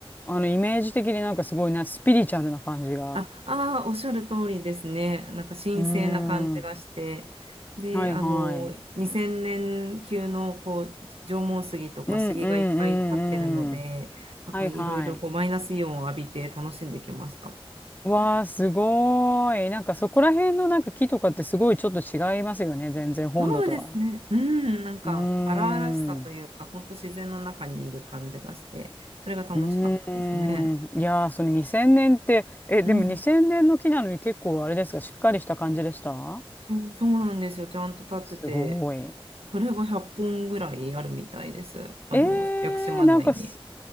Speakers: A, on the left (about 20°); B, on the right (about 75°).
A: あの、イメージ的になんかすごいな、スピリチュアルな感じが。
B: あ、あー、おっしゃる通りですね。なんか神聖な感じがして。
A: うーん。
B: で、
A: はいはい。
B: あの、2000年級のこう縄文杉とか杉がいっぱい立ってるので、
A: うんうんうんうん。
B: なんかいろいろこうマイナスイオンを浴びて楽しんできました。
A: はいはい。わあ、すごーい。なんかそこら辺のなんか木とかってすごいちょっと違いますよね。全然本土とは。
B: そうですね。うん、なんか荒々しさというか、
A: うーん。
B: 本当自然の中にいる感じがして、それが楽しかったですね。
A: うーん。いやー、その2000年って、え、でも2000年の木なのに結構あれですか、
B: うん、
A: しっかりした感じでした
B: そう、そうなんですよ。ちゃんと立ってて、
A: すごい。
B: それが100本ぐらいあるみたいです。あの、
A: え
B: 屋久島内に。
A: ー、なんかす、